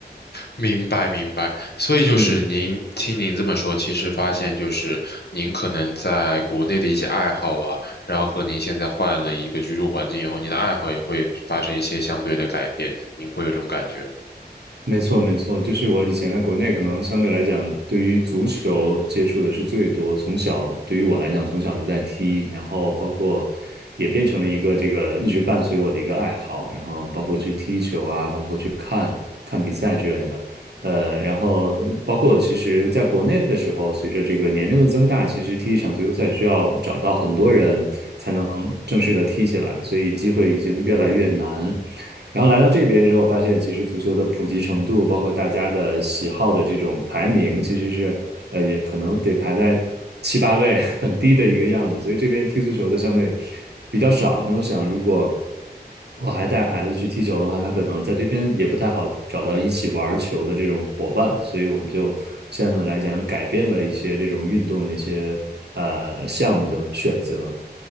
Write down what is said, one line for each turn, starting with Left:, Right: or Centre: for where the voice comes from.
Left: 明白明白，所以就是您听您这么说，
Right: 嗯。
Left: 其实发现就是您可能在国内的一些爱好啊，然后和您现在换了一个居住环境以后，您的爱好也会发生一些相对的改变，您会有这种感觉吗？
Right: 没错，没错，就是我以前在国内，可能相对来讲，对于足球接触的是最多。从小，对于我来讲，从小就在踢，然后包括也变成了一个这个一直伴随我的一个爱好，然后包括去踢球啊，包括去看看比赛之类的。呃，然后包括其实在国内的时候，随着这个年龄的增大，其实踢一场足球赛需要找到很多人才能正式的踢起来，所以机会已经越来越难。然后来到这边之后，发现其实足球的普及程度，包括大家的喜好的这种排名，其实是呃也可能得排在七八位，很低的一个样子。所以这边踢足球的相对比较少。那我想，如果我还带孩子去踢球的话，他可能在这边也不太好找到一起玩球的这种伙伴。所以我们就相应的来讲，改变了一些这种运动的一些呃项目的选择。